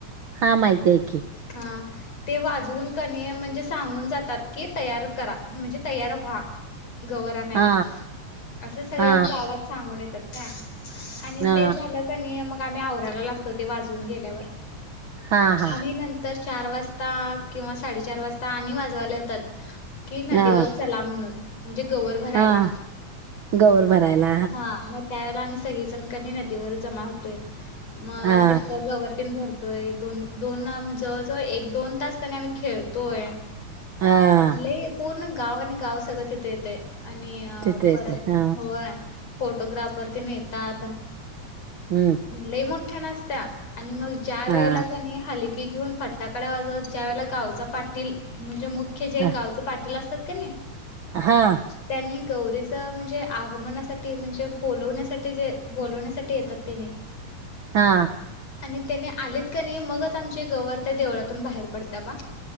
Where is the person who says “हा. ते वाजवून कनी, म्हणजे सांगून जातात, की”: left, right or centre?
Left